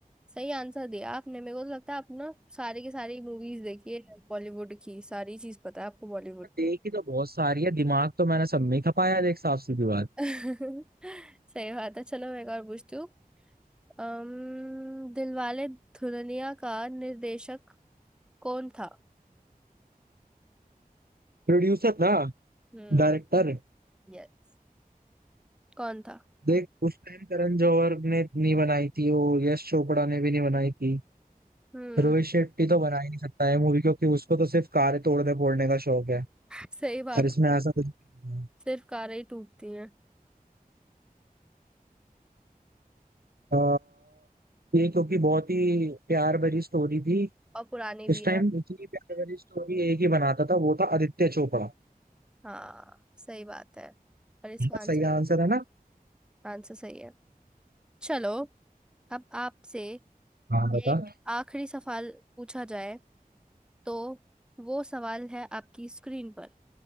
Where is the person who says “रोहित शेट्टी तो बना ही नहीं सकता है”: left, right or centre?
Right